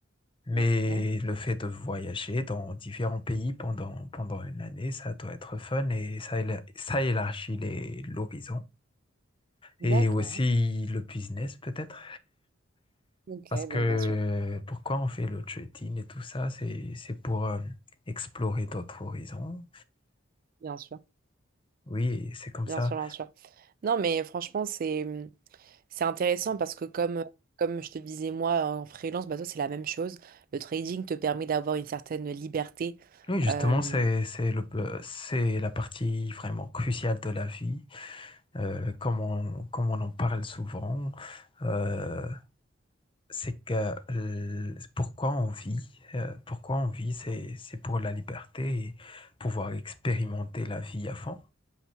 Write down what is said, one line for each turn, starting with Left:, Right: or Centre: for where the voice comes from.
Left: Mais
Right: D'accord.
Left: le fait de voyager dans différents pays pendant, pendant une année, ça doit être fun et ça, éla- ça élargit les- l'horizon.
Right: D'accord.
Left: Et aussi le business peut-être,
Right: Ok,
Left: parce
Right: ben,
Left: que
Right: bien sûr.
Left: pourquoi on fait le trading et tout ça, c'est c'est pour euh, explorer d'autres horizons.
Right: Bien sûr.
Left: Oui, c'est comme
Right: Bien
Left: ça.
Right: sûr, bien sûr. Non, mais franchement, c'est mmh, c'est intéressant parce que comme, comme je te disais, moi, en freelance, bah, toi, c'est la même chose. Le trading te permet d'avoir une certaine liberté.
Left: Oui, justement,
Right: Euh,
Left: c'est c'est le euh, c'est la partie vraiment cruciale de la vie, euh, comme on comme on en parle souvent. euh, c'est que euh, pourquoi on vit, euh, pourquoi on vit, c'est c'est pour la liberté et pouvoir expérimenter la vie à fond.